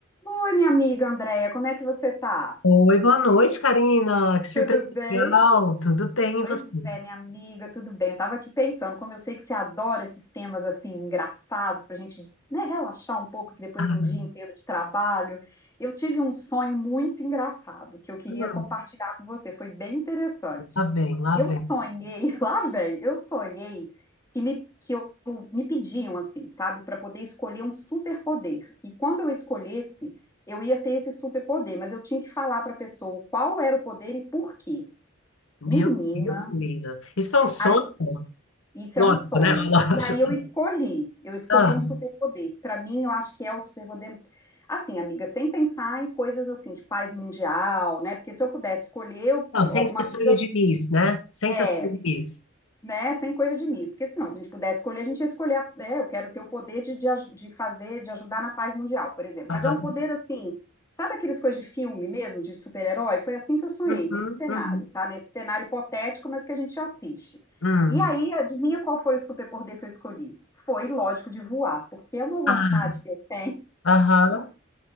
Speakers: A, on the left (about 15°); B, on the left (about 75°).
A: Oi, minha amiga Andréia, como é que você tá?
B: Oi, boa noite, Karina. Que surpresa
A: Tudo bem?
B: legal. Tudo bem,
A: Pois
B: e você?
A: é, minha amiga, tudo bem? Eu tava aqui pensando, como eu sei que você adora esses temas assim engraçados pra gente, né, relaxar um pouco que depois
B: Ah,
A: de um dia inteiro de trabalho, eu tive um sonho muito engraçado que eu queria
B: hum,
A: compartilhar com você, foi bem interessante.
B: lá vem, lá
A: Eu
B: vem.
A: sonhei, <laughs> lá velho, eu sonhei que me que eu me pediam assim, sabe, para poder escolher um superpoder. E quando eu escolhesse, eu ia ter esse superpoder, mas eu tinha que falar pra pessoa qual era o poder e por quê.
B: Meu
A: Menina,
B: Deus, menina. Isso foi um sonho?
A: Aí, isso
B: Lógico,
A: é um sonho.
B: né? <laughs> Lógico.
A: E aí eu escolhi, eu escolhi
B: Ah,
A: um superpoder. Para mim, eu acho que é o superpoder. Assim, amiga, sem pensar em coisas assim de paz mundial, né? Porque se eu pudesse escolher eu-
B: não, sem
A: alguma
B: ser sonho
A: coisa, eu-
B: de Miss, né? Sem
A: é,
B: ser sonho de Miss.
A: né? Sem coisa de mim, porque senão, se a gente pudesse escolher, a gente ia escolher, a- é, eu quero ter o poder de, de, aj- de fazer, de ajudar na paz mundial, por exemplo.
B: Aham.
A: Mas é um poder assim, sabe aqueles coisas de filme mesmo, de super-herói? Foi assim que eu sonhei,
B: Uhum,
A: nesse cenário,
B: uhum.
A: tá? Nesse cenário hipotético, mas que a gente assiste.
B: Hum.
A: E aí, adivinha qual foi o superpoder que eu escolhi? Foi, lógico, de voar, porque é uma vontade
B: Ah,
A: que eu tenho.
B: aham.